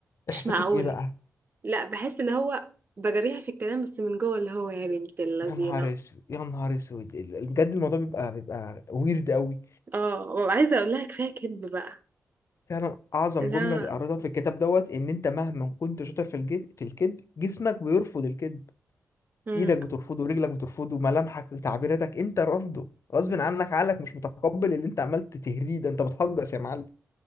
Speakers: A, on the right (about 35°); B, on the left (about 60°).
A: مش
B: احساسك
A: معقول
B: ايه بقى
A: لا بحس اللي هو بجريها في الكلام بس من جوه اللي هو يا بنت اللذينة
B: يا نهار اسود يا نهار اسود ال- بجد الموضوع بيبقى بيبقى ويرد قوي
A: اه وعايزة اقول لها كفاية كذب بقى
B: فعلا اعظم
A: لا
B: جمله قريتها في الكتاب دوت ان انت مهما كنت شاطر في الجد في الكذب جسمك بيرفض الكذب
A: امم
B: ايدك بترفضه ورجلك بترفضه ملامحك وتعبيراتك انت رافضه غصب عنك عقلك مش متقبل اللي انت عملت تهريه ده انت بتهجس يا معلم